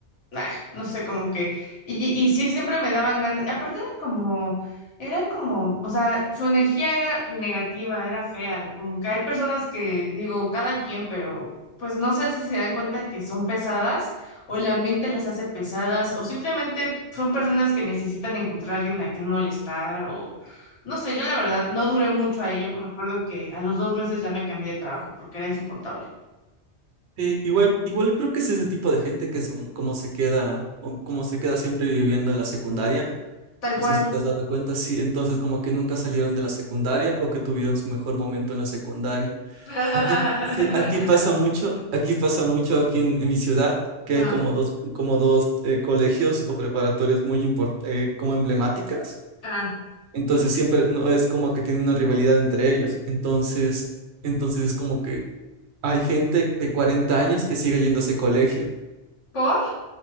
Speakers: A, on the left; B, on the right.
A: nah, no sé, como que, y, y sí, siempre me daban ganas, aparte eran como, eran como, o sea, su energía era negativa, era fea, como que hay personas que, digo, cada quien, pero pues no sé si se dan cuenta que son pesadas o el ambiente las hace pesadas o simplemente son personas que necesitan encontrar a alguien a quien molestar o... No sé, yo la verdad no duré mucho ahí. Yo me acuerdo que a los dos meses ya me cambié de trabajo porque era insoportable.
B: sí, igual, igual creo que es ese tipo de gente que son como se queda, o como se queda siempre viviendo en la secundaria.
A: Tal
B: No
A: cual.
B: sé si te has dado cuenta, sí, entonces como que nunca salieron de la secundaria o que tuvieron su mejor momento en la secundaria.
A: <laughs>
B: Aquí, sí, aquí pasa mucho, aquí pasa mucho aquí en, en mi ciudad, que
A: Ah,
B: hay como dos, como dos eh, colegios o preparatorias muy import- eh, como emblemáticas.
A: ah.
B: Entonces siempre no es como que tienen una rivalidad entre ellos. Entonces, entonces es como que hay gente de 40 años que sigue yendo a ese colegio,
A: ¿Por?